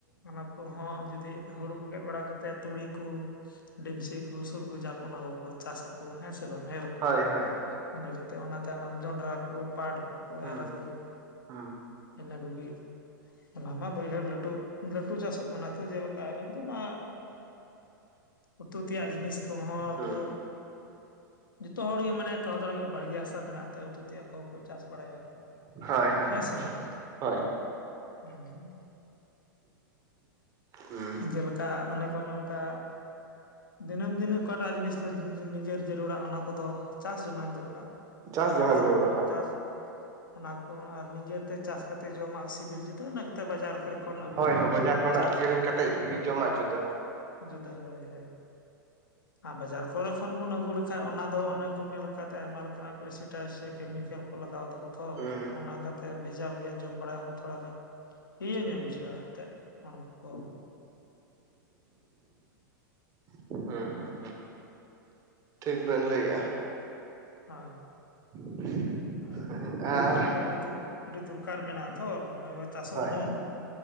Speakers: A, on the left; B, on the right.
A: ᱚᱱᱟ ᱠᱚᱦᱚᱸ ᱡᱩᱫᱤ ᱦᱩᱲᱩ ᱠᱚ ᱜᱮᱫ ᱵᱟᱲᱟ ᱠᱟᱛᱮᱫ ᱛᱩᱲᱤ ᱠᱚ ᱰᱮᱢᱥᱤ ᱠᱚ ᱥᱩᱨᱜᱩᱡᱟ ᱠᱚ ᱚᱱᱟ ᱠᱚ ᱪᱟᱥ ᱟᱠᱚ ᱦᱮᱸ ᱥᱮ ᱵᱟᱝ ᱮᱨ ᱟᱠᱚ
B: ᱦᱳᱭ ᱦᱳᱭ ᱦᱩᱸ
A: ᱤᱱᱟᱹ ᱠᱟᱛᱮᱜ ᱚᱱᱟ ᱛᱟᱭᱱᱚᱢ ᱡᱚᱱᱰᱨᱟ ᱠᱚ ᱯᱟᱴ ᱠᱚ ᱠᱳ
B: ᱦᱩᱸ
A: ᱮᱨ ᱟᱠᱚ᱾
B: ᱦᱩᱸ
A: ᱤᱱᱟᱹ ᱠᱚᱜᱤ ᱚᱱᱟᱢᱟ ᱵᱟᱹᱭᱦᱟᱹᱲ ᱞᱟᱹᱴᱩ ᱞᱟᱹᱴᱩ ᱪᱟᱥᱚᱜ ᱠᱟᱱᱟ ᱛᱚ ᱡᱮᱞᱮᱠᱟ ᱟᱨᱤ ᱛᱚᱢᱟ ᱩᱛᱩ ᱛᱮᱭᱟᱜ ᱡᱤᱱᱤᱥ ᱠᱚᱦᱚᱸ
B: ᱦᱩᱸ
A: ᱠᱚ ᱡᱚᱛᱚ ᱦᱚᱲ ᱜᱮ ᱢᱟᱱᱮ ᱛᱚᱲᱟ ᱛᱟᱲᱟ ᱵᱟᱲᱜᱮ ᱦᱟᱥᱟ ᱵᱮᱱᱟᱜ ᱩᱛᱩ ᱛᱮᱭᱟᱜ ᱠᱚᱠᱚ ᱪᱟᱥ ᱵᱟᱲᱟᱭ ᱟᱠᱚ
B: ᱦᱳᱭ ᱦᱳᱭ
A: ᱦᱮᱸᱥᱮ ᱵᱟᱝ ᱛᱮ
B: ᱦᱳᱭ
A: ᱦᱩᱸ᱾
B: ᱦᱩᱸ᱾
A: ᱡᱮᱞᱮᱠᱟ ᱚᱱᱮ ᱠᱚ ᱢᱮᱱ ᱠᱟ ᱫᱤᱱᱟᱹᱢ ᱫᱤᱱᱮ ᱚᱠᱟᱴᱟᱜ ᱡᱤᱱᱤᱥ ᱫᱚ ᱱᱤᱡᱮᱨ ᱡᱟᱹᱨᱩᱲᱟ ᱚᱱᱟ ᱠᱚᱫᱚ ᱪᱟᱥ ᱡᱚᱝᱟᱱ ᱡᱟᱹᱨᱩᱲᱟ᱾
B: ᱪᱟᱥ ᱡᱚᱝᱟᱱ
A: ᱟᱨ ᱥᱮ
B: ᱡᱟᱹᱨᱩᱲᱟ
A: ᱚᱱᱟ
B: ᱦᱳᱭ
A: ᱪᱟᱥ ᱚᱱᱟ ᱠᱚ ᱟᱨ ᱱᱤᱡᱮᱛᱮ ᱪᱟᱥ ᱠᱟᱛᱮ ᱡᱚᱢᱟᱜ ᱥᱤᱵᱤᱞ ᱡᱩᱫᱟᱹᱜᱼᱟ ᱤᱱᱟᱹ ᱠᱟᱛᱮ ᱵᱟᱡᱟᱨ ᱠᱷᱚᱱ ᱠᱚᱨᱮ ᱟᱹᱜᱩᱣᱟᱜ
B: ᱦᱳᱭ ᱦᱳᱭ ᱵᱟᱡᱟᱨ ᱠᱷᱚᱱᱟᱜ
A: ᱪᱟᱥ
B: ᱠᱤᱨᱤᱧ ᱠᱟᱛᱮᱫ
A: ᱟᱵᱚᱣᱟᱜ
B: ᱡᱚᱢᱟᱜ ᱡᱩᱫᱟᱹᱜᱼᱟ᱾
A: ᱡᱩᱫᱟᱹ ᱦᱳᱭ ᱦᱳᱭ ᱾ ᱟᱨ ᱵᱟᱡᱟᱨ ᱠᱚᱨᱮ ᱠᱷᱚᱱ ᱵᱚᱱ ᱟᱹᱜᱩ ᱞᱮᱠᱟᱱ ᱚᱱᱟ ᱫᱚ ᱚᱱᱮ ᱠᱚ ᱢᱮᱱ ᱞᱮᱠᱟᱛᱮ ᱟᱭᱢᱟ ᱞᱮᱠᱟᱱᱟᱜ ᱯᱨᱮᱥᱤᱴᱟᱭ ᱥᱮ ᱠᱮᱢᱤᱠᱮᱞ ᱠᱚ ᱞᱟᱜᱟᱣ ᱫᱟᱠᱚ ᱛᱷᱚ
B: ᱦᱩᱸ
A: ᱚᱱᱟ ᱠᱟᱛᱮ ᱵᱷᱮᱡᱟᱞ ᱜᱮᱭᱟ ᱡᱚᱢ ᱵᱟᱲᱟ ᱦᱚᱸ ᱛᱷᱚᱲᱟ ᱜᱟᱱ ᱤᱭᱟᱹ ᱧᱚᱜ ᱵᱩᱡᱷᱟᱹᱜᱼᱟ ᱮᱱᱛᱮᱫ ᱦᱚᱲᱢᱚ ᱠᱚ᱾
B: ᱦᱩᱸ ᱦᱩᱸ᱾ ᱴᱷᱤᱠ ᱵᱮᱱ ᱞᱟᱹᱭᱮᱜᱼᱟ᱾
A: ᱦᱳᱭ᱾
B: <unintelligible>
A: ᱟᱨ ᱚᱱᱟ
B: ᱟᱨ
A: ᱠᱚ ᱢᱮᱠᱷᱟᱡ ᱟᱹᱰᱤ ᱟᱹᱰᱤ ᱫᱚᱨᱠᱟᱨ ᱢᱮᱱᱟᱜᱼᱟ ᱛᱷᱚ ᱱᱚᱜᱼᱚᱭ ᱪᱟᱥᱚᱜ
B: ᱦᱳᱭ
A: ᱦᱚᱸ